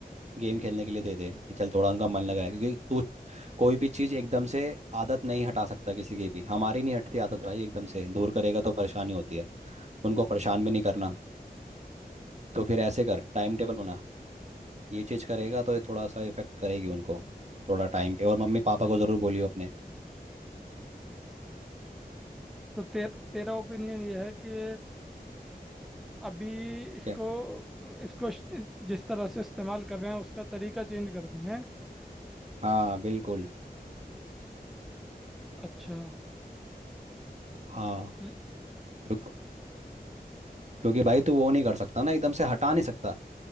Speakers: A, on the right; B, in the centre.
A: गेम खेलने के लिए दे दे कि चल थोड़ा उनका मन लग रहा है क्योंकि तू कोई भी चीज़ एकदम से आदत नहीं हटा सकता किसी की भी हमारी नहीं हटती आदत भाई एकदम से दूर करेगा तो परेशानी होती है उनको परेशान भी नहीं करना तो फिर ऐसे कर टाइम टेबल बना ये चीज़ करेगा तो ये थोड़ा सा इफेक्ट करेगी उनको थोड़ा टाइम पे और मम्मी पापा को ज़रूर बोलियो अपने
B: तो ते, तेरा ओपिनियन ये है कि अभी इसको
A: क्या
B: इसको श- जिस तरह से इस्तेमाल कर रहे हैं उसका तरीका चेंज कर दें हैं
A: हाँ बिल्कुल
B: अच्छा
A: हाँ
B: ल-
A: क्योंकि क्योंकि भाई तू वो नहीं कर सकता ना एकदम से हटा नहीं सकता